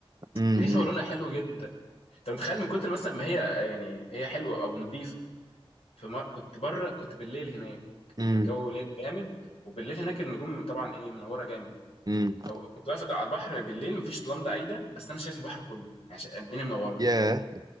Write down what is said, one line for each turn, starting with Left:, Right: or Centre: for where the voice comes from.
Right: امم
Left: نظيفه ولونها حلو جدا انت متخيل من كتر مثلا ما هي يعني هي حلوه او نظيفه في مر... كنت بره كنت بالليل هناك
Right: امم
Left: كان الجو ليل جامد وبالليل هناك النجوم طبعا ايه منوره جامد
Right: امم
Left: فكنت واقف على البحر بالليل مفيش لمضه عايده بس انا شايف البحر كله يعني شا- الدنيا منوره
Right: ياه